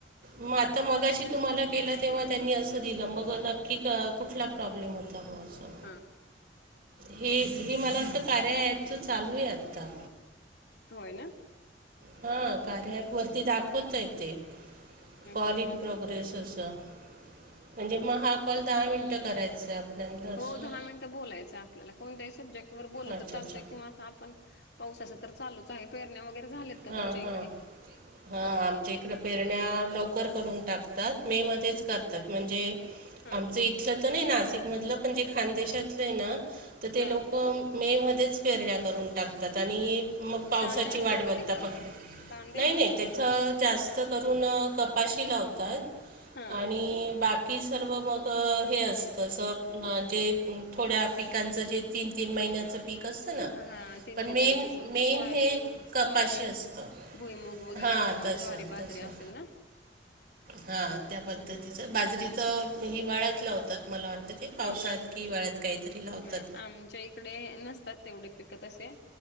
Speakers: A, on the right; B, on the left.
A: मग आता मगाशी तुम्हाला केलं तेव्हा त्यांनी असं दिलं मग की क कुठला प्रॉब्लेम होता भावाचा.
B: हा
A: हे हे मला वाटतं कार्या अँपच चालू आहे आता.
B: होय ना.
A: हा कार्या अँपवरती दाखवत य ते. कॉल
B: हम्म
A: इन प्रोग्रेस असं. म्हणजे मग हा कॉल दहा मिनटं करायचा आहे आपल्याला असं
B: हो दहा मिनटं बोलायचंय आपल्याला कोणत्याही सब्जेक्ट वर बोललं
A: अच्छा
B: तर चालतय
A: अच्छा
B: किवा आता आपण- पावसाच तर चालूच आहे. पेरण्या वगैरे झाल्यात का
A: हां
B: तुमच्या इकडे?
A: हां हा आमच्या इकडं पेरण्या लवकर करून टाकतात. मे मध्येच करतात. म्हणजे
B: हा
A: आमचं इथलं तर नाही नाशिकमधलं पण जे खानदेशातलं आहे ना तर ते
B: हं
A: लोक मे मध्येच पेरण्या करून टाकतात आणि मग पावसाची
B: कांदे असतात
A: वाट बघ
B: का तिकडं
A: नाही
B: कांदे
A: नाही, त्याच जास्त करून कपाशी लावतात.
B: हं
A: आणि बाकी की सर्व मग हे असतं. असं जे थोड्या पिकांचं जे तीन तीन महिन्याचं पीक असत ना.
B: हा तीन
A: पण
B: तीन
A: मेन
B: वेळाचं समजा
A: मेन
B: सोयाबीन
A: हे
B: सोयाबीन
A: पाशी असतं.
B: भुईमूग वगैरे
A: हां
B: किंवा
A: तसं.
B: ज्वारी बाजरी
A: तसं.
B: असेल ना
A: हा. त्या पद्धतीचं
B: हम्म
A: बाजरीचं हिवाळ्यात लावतात मला वाटतं ते पावसात
B: हा
A: की हिवाळ्यात काहीतरी लावतात.
B: नाही आमच्या इकडे नसतात तेवढे पिकं तसे,